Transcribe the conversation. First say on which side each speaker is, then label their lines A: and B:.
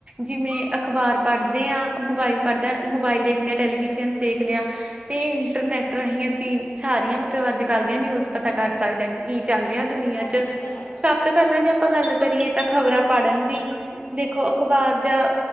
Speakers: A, on the right; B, on the left.
A: ਜਿਵੇਂ, ਅਖ਼ਬਾਰ ਪਾੜਦੇ ਆਂ, ਮੋਬਾਇਲ ਪਾੜਦੇ ਮੋਬਾਇਲ ਦੇਖਦੇ ਆਂ, ਟੈਲੀਵਿਜ਼ਨ ਦੇਖਦੇ ਆਂ। ਤੇ ਇੰਟਰਨੈਟ ਰਾਹੀਂ ਅਸੀ ਸਾਰੀਆਂ ਮਤਲਬ ਅੱਜ-ਕੱਲ ਦੀਆਂ ਨਿਊਜ਼ ਪਤਾ ਕਰ ਸਕਦੇ ਆਂ। ਕੀ ਚੱਲ ਰੇਆ ਦੁਨੀਆਂ
B: ਹਾਂਜੀ
A: ਚ,
B: ਇਹ ਤਾਂ ਹੈ
A: ਸਭ ਤੋਂ ਪੈਂਲਾ ਜੇ ਆਪਾਂ ਗੱਲ ਕਰੀਏ ਤਾ ਖ਼ਬਰਾਂ ਪੜਨ ਦੀ। ਦੇਖੋ ਅਖ਼ਬਾਰ ਜਾਂ